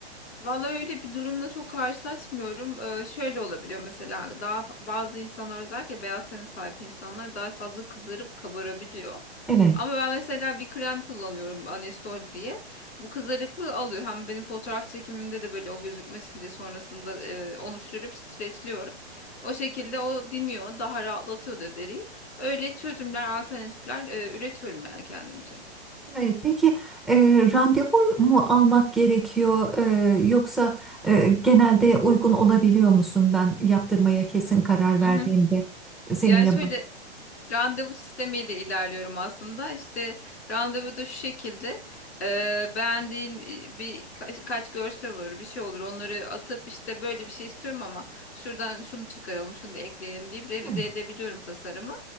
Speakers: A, on the left; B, in the centre.
A: Vallahi öyle bir durumla çok karşılaşmıyorum. Ee, şöyle olabiliyor mesela daha fa- bazı insanlar özellikle beyaz tene sahip insanlar daha fazla kızarıp kabarabiliyor.
B: Evet.
A: Ama ben mesela bir krem kullanıyorum Anestol diye. Bu kızarıklığı alıyor. Hem benim fotoğraf çekimimde de böyle o gözükmesin diye sonrasında e, onu sürüp streçliyorum. O şekilde o diniyor, daha rahatlatıyor da deriyi. Öyle çözümler, alternatifler e, üretiyorum yani kendimce.
B: Evet. Peki e, randevu mu almak gerekiyor E, yoksa e, genelde uygun olabiliyor musun? Ben yaptırmaya kesin karar verdiğimde
A: Hı hı.
B: seninle.
A: Yani şöyle Randevu sistemiyle ilerliyorum aslında. İşte randevu da şu şekilde eee, beğendiğin bir bir kaç, kaç görsel olur bir şey olur onları atıp işte böyle bir şey istiyorum ama şuradan şunu çıkaralım şunu da ekleyelim deyip revize
B: <laughs>
A: edebiliyorum tasarımı.